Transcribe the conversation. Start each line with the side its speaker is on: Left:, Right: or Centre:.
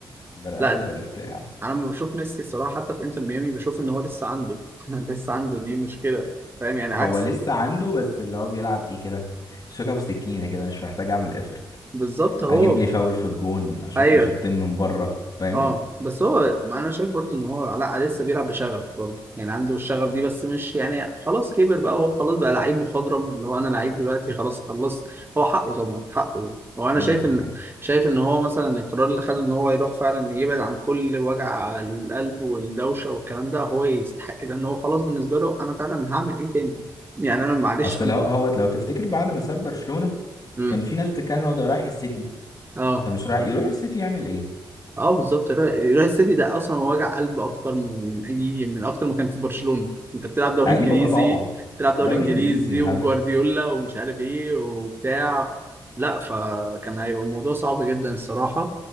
Left: بلا
Right: لا
Left: اهلي بلا بتاع
Right: انا لما بشوف ميسي الصراحه حتى في انتر ميامي بشوف ان هو لسه عنده <laughs> لسه عنده دي مشكله فاهم يعني
Left: هو
Right: عكس
Left: لسه عنده بس اللي هو بيلعب ايه كده شوكة وسكينة كده مش محتاج اعمل افرت
Right: بالظبط هو
Left: اجيب لي فاول في الجون اشوط
Right: ايوه
Left: لي شوطين من بره فاهم
Right: اه بس هو انا شايف برضو ان هو علاء لسه بيلعب بشغف برضو يعني عنده الشغف دي بس مش يعني خلاص كبر بقى هو خلاص بقى لعيب مخضرم اللي هو انا لعيب دلوقتي خلاص خلصت هو حقه طبعا حقه هو انا
Left: 100%
Right: شايف ان شايف ان هو مثلا القرار اللي خده ان هو يروح فعلا يبعد عن كل وجع القلب والدوشه والكلام ده هو يستحق ده ان هو خلاص بالنسبه له انا فعلا هعمل ايه تاني يعني انا معلش
Left: اصل
Right: انا
Left: هو هو لو تفتكر بعد ما ساب برشلونة
Right: امم
Left: كان في ناس بتتكلم إن هو ده رايح السيتي
Right: اه
Left: طب مش رايح يروح السيتي يعمل ايه
Right: اه بالظبط الر- الريال سيتي ده اصلا وجع قلب اكتر من من اي من اكتر ما كان في برشلونة انت بتلعب دوري
Left: ايوه
Right: انجليزي
Left: طبعا
Right: بتلعب دوري
Left: دوري
Right: انجليزي
Left: انجليزي وهبل
Right: وجوارديولا ومش عارف ايه وبتاع لا فكان هيبقى الموضوع صعب جدا الصراحة